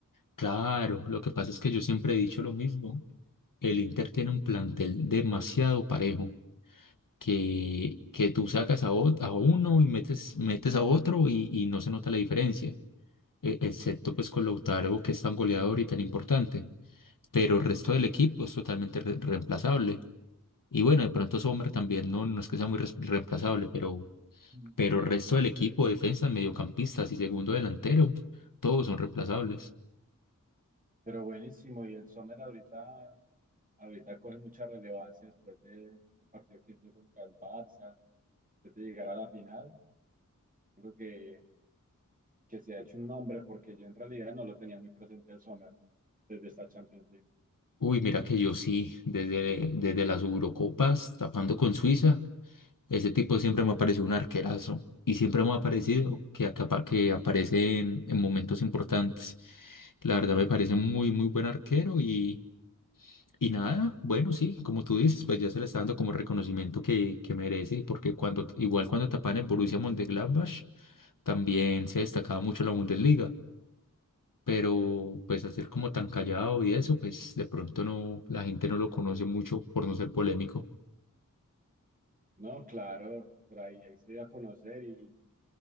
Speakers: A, on the left; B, on the right.
A: Claro, lo que pasa es que yo siempre he dicho lo mismo. El Inter tiene un plantel demasiado parejo, que, que tú sacas a, ot- a uno y metes, metes a otro y, y no se nota la diferencia, e- excepto pues con Lautaro, que es tan goleador y tan importante. Pero el resto del equipo es totalmente re- reemplazable. Y bueno, de pronto Sommer también no, no es que sea muy res- reemplazable, pero
B: Mm.
A: pero el resto del equipo, defensas, mediocampistas y segundo delantero, todos son reemplazables.
B: Pero buenísimo, y el Sommer ahorita, ahorita coge mucha relevancia después de- del partido que hizo contra el Barça, después de llegar a la final. Creo que, que se ha hecho un nombre porque yo en realidad no lo tenía muy presente el Sommer desde esta Champions League.
A: Uy, mira que yo sí, desde, desde las Eurocopas, tapando con Suiza, ese tipo siempre me ha parecido un arquerazo y siempre me ha parecido
B: Y
A: que, acapa- que aparece en, en momentos importantes. La verdad me parece muy, muy buen arquero y, y nada, bueno, sí, como tú dices, pues ya se le está dando como reconocimiento que, que merece, porque cuando, igual cuando tapan en Borussia Mönchengladbach, también se destacaba mucho en la Bundesliga. pero pues al ser como tan callado y eso, pues de pronto no, la gente no lo conoce mucho por no ser polémico.
B: no, claro, pero ahí, ahí se dio a conocer y,